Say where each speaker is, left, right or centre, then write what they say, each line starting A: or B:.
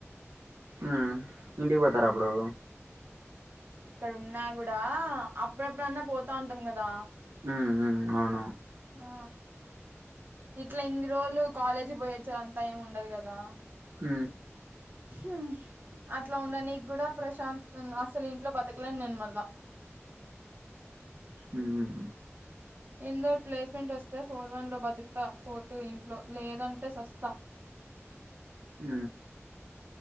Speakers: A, on the right; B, on the right.
A: ఉ ఇంటికి పోతారా అప్పుడు.
B: ఇక్కడ ఉన్నా కూడా అప్పుడప్పుడన్నా పోతా ఉంటాం కదా.
A: అవునవును
B: ఆ ఇట్లా ఇన్ని రోజులు కాలేజీ పోయి వచ్చేదంతా ఏమి ఉండదు కదా.
A: హ్
B: ఉ అట్లా ఉండ నీకి కూడా ప్రశాంతంగా అస్సలు ఇంట్లో బతకలేను నేను మళ్ళా.
A: ఉమ్
B: ఎందో ప్లేస్మెంట్ వస్తే ఫోర్ వన్ లో బతుకుతా ఫోర్టు టూ ఇంట్లో లేదంటే సస్తా.
A: ఉ